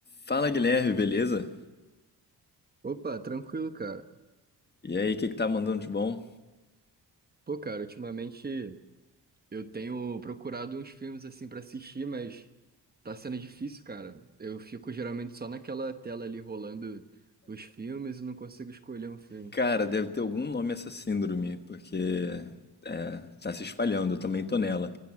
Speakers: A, on the left; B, on the right.
A: Fala Guilherme, beleza?
B: Opa, tranquilo, cara.
A: E aí, o que que tá mandando de bom?
B: Pô, cara, ultimamente eu tenho procurado uns filmes assim pra assistir, mas tá sendo difícil, cara. Eu fico geralmente só naquela tela ali rolando os filmes e não consigo escolher um filme.
A: Cara, deve ter algum nome essa síndrome, porque é, tá se espalhando, eu também tô nela.